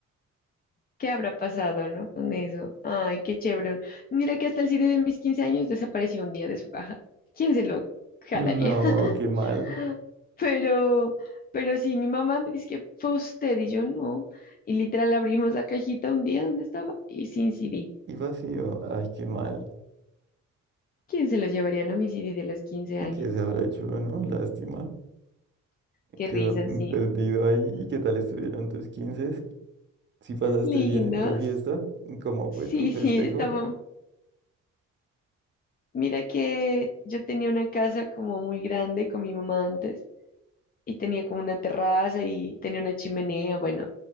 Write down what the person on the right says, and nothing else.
No,
qué mal.
Y vacío. Ay, qué mal.
¿Qué se habrá hecho, no? Lástima.
Quedó
perdido ahí.
¿Y qué tal estuvieron tus 15? ¿Si pasaste
bien en tu fiesta? ¿Cómo
fue tu festejo?